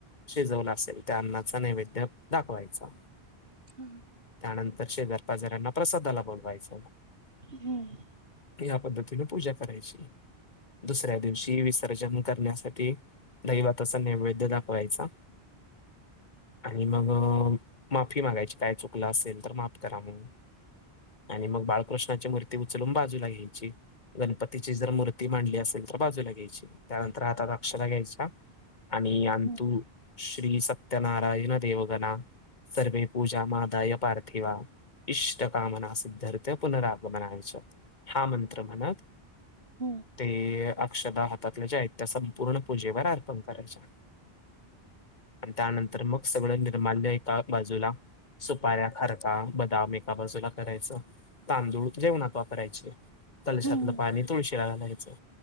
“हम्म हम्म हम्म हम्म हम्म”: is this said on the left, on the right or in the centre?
Right